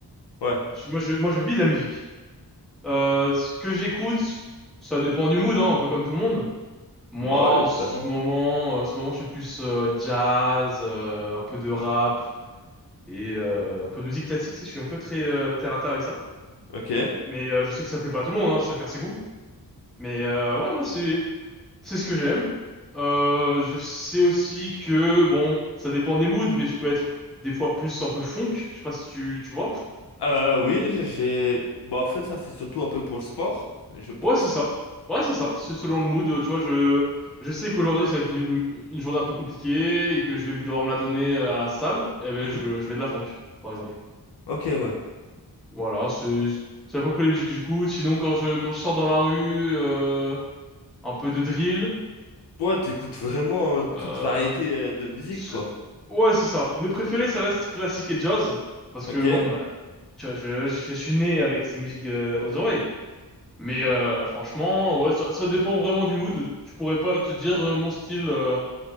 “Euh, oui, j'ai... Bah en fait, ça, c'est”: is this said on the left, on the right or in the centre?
Left